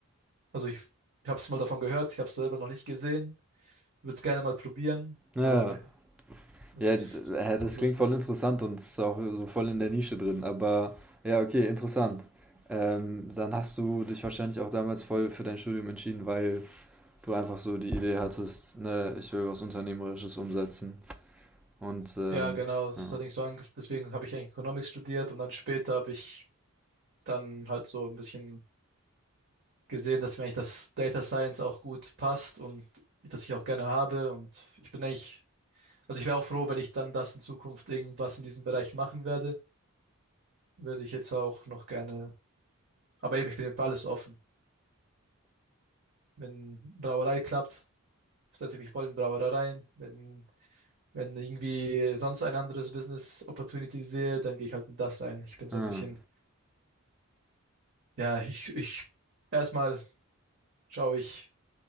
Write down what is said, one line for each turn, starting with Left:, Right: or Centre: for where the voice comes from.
Right: also ich, ich habe es mal davon gehört, ich habe es selber noch nicht gesehen, würde es gerne mal probieren,
Centre: Ja,
Right: aber
Centre: ja.
Right: es
Centre: Ja,
Right: ist
Centre: d- hä,
Right: doch
Centre: das
Right: lustig.
Centre: klingt voll interessant und ist auch so voll in der Nische drin. Aber ja, okay, interessant. Ähm, dann hast du dich wahrscheinlich auch damals voll für dein Studium entschieden, weil du einfach so die Idee hattest, ne, ich will was Unternehmerisches umsetzen. Und ähm,
Right: Ja, genau. Das
Centre: ja.
Right: ist allerdings so ange- deswegen habe ich eigentlich Economics studiert und dann später habe ich dann halt so ein bisschen gesehen, dass mir eigentlich das Data Science auch gut passt und das ich auch gerne habe. Und ich bin eigentlich, also ich wäre auch froh, wenn ich dann das in Zukunft irgendwas in diesem Bereich machen werde. Würde ich jetzt auch noch gerne. Aber eben, ich bin für alles offen. Wenn Brauerei klappt, setze ich mich voll in Brauerei rein. Wenn, wenn irgendwie sonst ein anderes Business Opportunity sehe, dann gehe ich halt in das rein. Ich bin so
Centre: Ah,
Right: ein bisschen, ja, ich, ich erstmal schaue ich